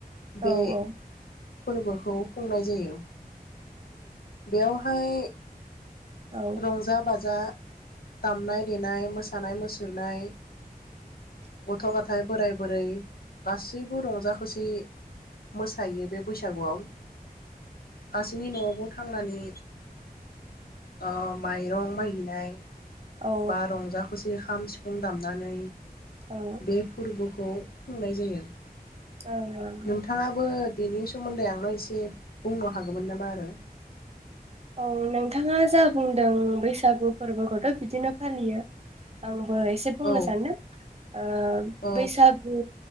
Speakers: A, on the right; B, on the left.
A: औ
B: बे
A: औ ।
B: फोरबोखौ खुंनाय जायो । बेयावहाय
A: औ
B: रंजा बाजा दामनाय देनाय मोसानाय मुसुरनाय गथ गथाय बोराइ बोरै गासैबो रंजा खुसि मोसायो बे बैस सागुआव गासैनि न'आवबु खांनानि अ माइरं महैनाय
A: औ औ
B: बा रंजा खुस बे हाम सिफुं दामनानै
A: औ
B: बे फोरब द खुंनाय जायो ।
A: ओं ओं
B: नोंथाङाबो बेनि सोमोन्दै आंनो एसे बुंनो हागौमोन नामा? आरो
A: औ नोंथाङा जा बुंदों बैसागु फोरबोखौथ' बिदिनो फालियो आं बो एसे बुंनो
B: औ
A: सानदों ओ
B: औ
A: बैसागु,